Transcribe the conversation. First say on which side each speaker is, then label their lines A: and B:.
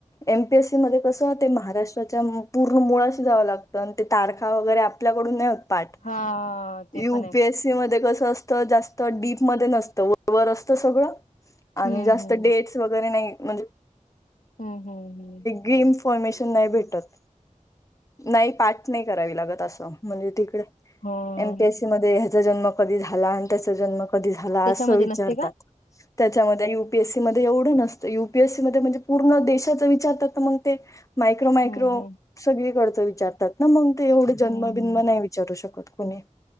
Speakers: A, on the left; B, on the left.
A: एम पी एस सी मध्यें कसं ते महाराष्ट्राच्यां पूर्ण मुळाशी जावं लागतं आणि ते तारखा वगैरे आपल्याकडून नाही होत. पाठ
B: हा ते
A: यु
B: पण आहे.
A: पीएस. मध्ये कस असतं जास्त डीप मध्ये नसतं वर वर असत सगळं. आणि
B: हम्म
A: जास्त
B: हम्म
A: डेट्स वगैरे नाही म्हणजे
B: हम्म हम् हम्
A: गेम फॉर्मेशन नाही भेटत. नाही पाठ नाही करावी लागत असं म्हणजे तिकडे
B: हो
A: एम पी एस सी मध्ये ह्याचा जन्म कधी झाला आणि त्याचा जन्म कधी झाला
B: त्याच्यामध्ये
A: असं विचारतात.
B: नसते का
A: त्याच्यामध्ये युपीएसी मजी एवढं नसत यु पी एस सी मध्ये म्हणजे पूर्ण देशाच विचारत तर मग ते मायक्रो मायक्रो
B: हम्म हम्म.
A: सगळीकडचं विचारतात ना मग ते एवढे जन्मबिन्म
B: हम्म
A: नाही विचारू शकत कुणी